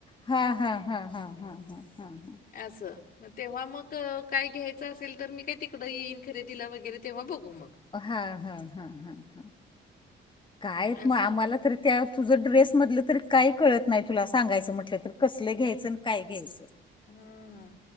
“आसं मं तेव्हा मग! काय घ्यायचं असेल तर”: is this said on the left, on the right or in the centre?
Left